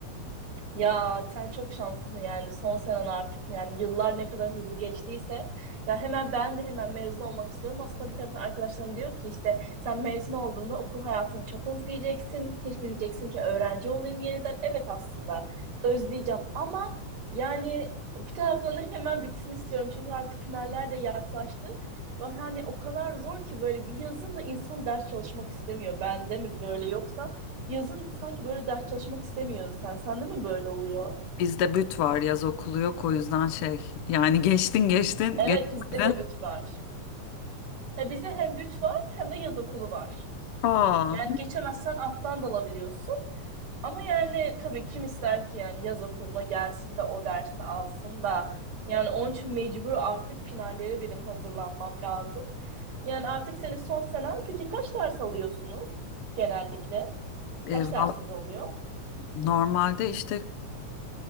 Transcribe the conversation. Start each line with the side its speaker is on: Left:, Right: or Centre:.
Right: Ya sen çok şanslısın yani son senen artık yani yıllar ne kadar hızlı geçtiyse ya hemen ben de hemen mezun olmak istiyorum. Aslında bir taraftan arkadaşlarım diyor ki işte sen mezun olduğunda okul hayatını çok özleyeceksin. Keşke diyeceksin ki öğrenci olayım yeniden. Evet aslında özleyeceğim ama yani bir taraftan da hemen bitsin istiyorum. Çünkü artık finaller de yaklaştı. Ve hani o kadar zor ki böyle bir yazın da insan ders çalışmak istemiyor. Bende mi böyle yoksa Yazın sanki böyle ders çalışmak istemiyorsun sen. Sende mi böyle oluyor?
Left: Bizde büt var yaz okulu yok o yüzden şey yani geçtin geçtin
Right: Evet
Left: geçmedin.
Right: bizde de büt var. Ha, bizde hem büt var hem de yaz okulu var.
Left: Aa,
Right: Yani geçemezsen alttan dalabiliyorsun. Ama yani tabii kim ister ki yani yaz okuluna gelsin de o dersi alsın da. Yani onun için mecbur artık finallere benim hazırlanmam lazım. Yani artık senin son senen. Peki kaç ders alıyorsunuz genellikle?
Left: e,
Right: Kaç
Left: valla
Right: dersiniz oluyor?
Left: normalde işte